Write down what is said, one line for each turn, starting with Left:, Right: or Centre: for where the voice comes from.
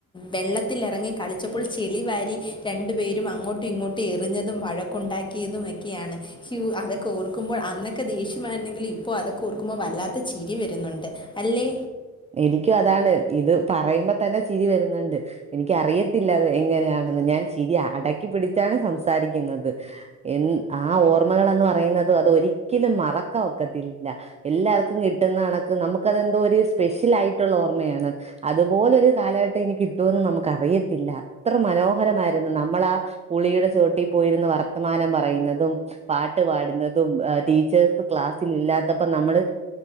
Left: വെള്ളത്തിലറങ്ങി കളിച്ചപ്പോൾ ചെളിവാരി രണ്ടു പേരും അങ്ങോട്ടും ഇങ്ങോട്ടും എറിഞ്ഞതും വഴക്കുണ്ടാക്കിയതും ഒക്കെയാണ് ഹ്യൂ അ ക്കെ ഓർക്കുമ്പോൾ അന്നൊക്കെ ദേഷ്യം ആരുന്നെങ്കിൽ ഇപ്പോൾ അതൊക്കെ ഓർക്കുമ്പോ വല്ലാത്ത ചിരി വരുന്നുണ്ട് അല്ലേ.
Right: എനിക്കും അതാണ് ഇത് പറയുമ്പോ തന്നെ ചിരി വരുന്നുണ്ട്. എനിക്ക് അറിയത്തില്ല അത് എങ്ങനെയാണെന്ന് ഞാൻ ചിരി അടക്കി പിടിച്ചാണ് സംസാരിക്കുന്നത്. എൻ ആ ഓർമ്മകൾ എന്ന് പറയുന്നത് അത് ഒരിക്കലും മറക്കാ ഒക്കത്തില്ല. എല്ലാവർക്കും കിട്ടുന്ന കണക്ക് നമുക്കതെന്തോ ഒരു സ്പെഷ്യലാ ആയിട്ടുള്ള ഓർമ്മയാണ്. അത്പോലൊരു കാലഘട്ടം ഇനി കിട്ടുഓന്ന് നമുക്ക് അറിയത്തില്ല അത്ര മനോഹരമായിരുന്നു ന്നമ്മളാ പുളിയുടെ ചുവട്ടിൽ പോയിരുന്ന് വർത്തമാനം പറയുന്നതും. പാട്ട് പാടുന്നതും ടീച്ചേഴ്സ് ക്ലാസ്സിൽ ഇല്ലാത്തപ്പം ന്നമ്മള്